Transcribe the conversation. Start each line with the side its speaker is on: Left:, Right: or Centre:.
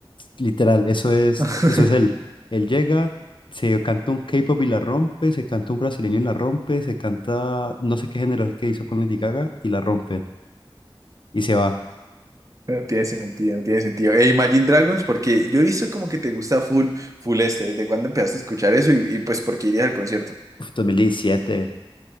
Left: Literal, eso es,
Right: <laughs>
Left: eso es él. Él llega, se canta un K-pop y la rompe, se canta un brasileño y la rompe, se canta no sé qué género es el que hizo con Lady Gaga y la rompe. Y se va.
Right: No tiene sentido, no tiene sentido. E Imagine Dragons, porque yo he visto como que te gusta full, full este, ¿desde cuándo empezaste a escuchar eso? Y, y pues, ¿por qué irías al concierto?
Left: Uf, 2017.